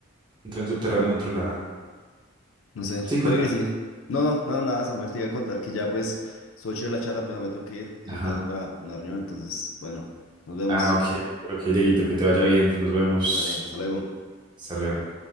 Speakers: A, on the right; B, on the left.
A: un tren subterráneo en otro lado.
B: no sé,
A: Sí, cuéntame.
B: puede que sí. No, no, no, nada, Samuel, te iba a contar que ya pues estuvo chévere la charla, pero me tengo que ir, voy
A: Ajá.
B: tarde para una reunión, entonces, bueno, nos vemos,
A: Ah, ok, ok, Dieguito, que te vaya bien. Nos vemos.
B: dale, hasta luego.
A: Hasta luego.